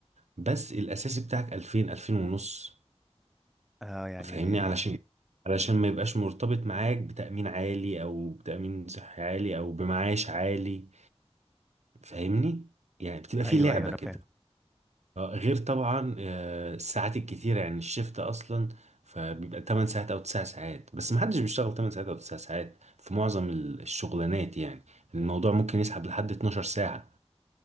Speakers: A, on the right; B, in the centre.
A: بس الأساسي بتاعك 2000 2000 ونص
B: آه يعني
A: فاهمني علشان علشان ما يبقاش مرتبط معاك بتأمين عالي او بتأمين صحي عالي او بمعاش عالي فاهمني يعني بتبقى في
B: ايوه
A: لعبة
B: ايوه انا
A: كده
B: فاهم
A: آه، غير طبعا آه، الساعات الكتيرة يعني الشفت اصلا فبيبقى 8 ساعات او 9 ساعات بس ما حدش بيشتغل 8 ساعات او 9 ساعات في معظم ال- الشغلانات يعني الموضوع ممكن يسحب لحد 12 ساعة